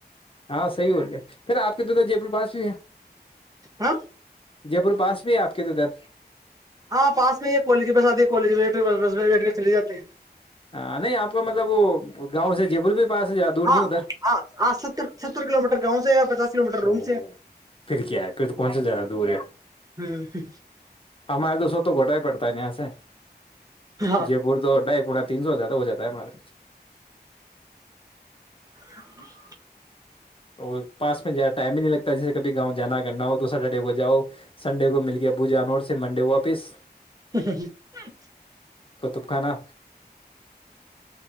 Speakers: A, on the left (about 30°); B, on the right (about 20°).
A: ہاں صح ہوول گیا پھر آپ کے ادر جے پور پاس
B: ہاں
A: جے پور پاس بھی آپ کے تو ادھر
B: ہاں پاس میں ہی ہے کالج میں بس آتی ہے کالج میں بیٹھ کے بس بیٹھ کے چے جاتے ہیں
A: ہاں نہیں آپ کا مطلب وہ گاؤں سے جے پور بھی پاس ہے زیادہ دور
B: ہاں
A: نہیں ادھر
B: ہاں ہاں ستر ستر کلو میٹر گاؤں سے پچاس کلو میٹر
A: او
B: روم سے
A: پھر کیا ہے پھر تو کون سا جیا رہا ہے دور ہے
B: ہے۔
A: ہمارے تو سو تو گھٹا ہی پڑتا پت نہیں سے
B: ہاں
A: جے پور تو ڈھائی پنا تین سو ہزد توہ ہو جاتا ہے ہمارا
B: <inaudible>
A: اور پاس میں جیادہ ٹائم ہی نہیں لگتا جیسے کبھی گاؤں جانا کرنا ہو تو سٹرڈے کو جاؤ سنڈے کو مل کے پو جاان اور پ منڈے کو واپس
B: <inaudible>
A: قطب خانہ